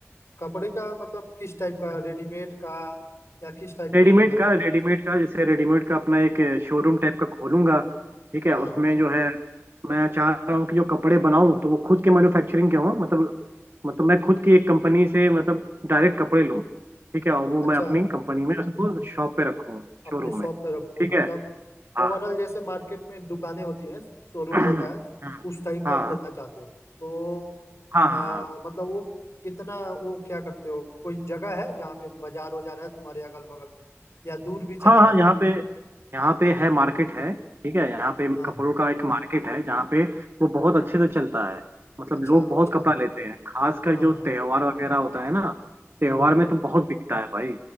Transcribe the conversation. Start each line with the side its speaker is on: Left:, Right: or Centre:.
Left: कपड़े का मतलब किस टाइप का रेडीमेड का या किस टाइप
Right: रेडीमेड
Left: का खोलना चाहते
Right: का
Left: हैं
Right: रेडीमेड का जैसे रेडीमेड का अपना एक शोरूम टाइप का खोलूंगा ठीक है
Left: हाँ
Right: उसमें जो है मैं चाह रहा हूँ कि जो कपड़े बनाऊं तो वो खुद के मैन्युफैक्चरिंग के हों मतलब मतलब मैं खुद की एक कंपनी से मतलब डायरेक्ट कपड़े लूं ठीक है और वो
Left: अच्छा
Right: मैं अपनी कंपनी में उसको शॉप पे रखूँ
Left: अपने
Right: शोरूम
Left: शॉप
Right: में
Left: पे रखो
Right: ठीक
Left: मतलब
Right: है
Left: ओवरऑल
Right: हाँ
Left: जैसे मार्केट में दुकानें होती हैं शोरूम
Right: <clears throat>
Left: होता है
Right: हाँ
Left: उस टाइप का
Right: हाँ
Left: खोलना चाहते हो तो
Right: हाँ
Left: आ,
Right: हाँ हाँ
Left: मतलब वो कितना वो क्या करते हो कोई जगह है जहाँ पे बाजार हो जा रहा है तुम्हारे अगल बगल में या दूर भी चलेगा
Right: हाँ हाँ यहाँ
Left: दूर
Right: पे यहाँ पे है मार्केट है ठीक है यहाँ पे
Left: हाँ
Right: कपड़ों का एक मार्केट है जहाँ पे वो बहुत अच्छे से चलता है मतलब
Left: अच्छा
Right: लोग बहुत
Left: अच्छा
Right: कपड़ा लेते हैं खासकर
Left: हाँ
Right: जो त्योहार वगैरह होता है ना त्योहार
Left: हम्म
Right: में तो बहुत बिकता है भाई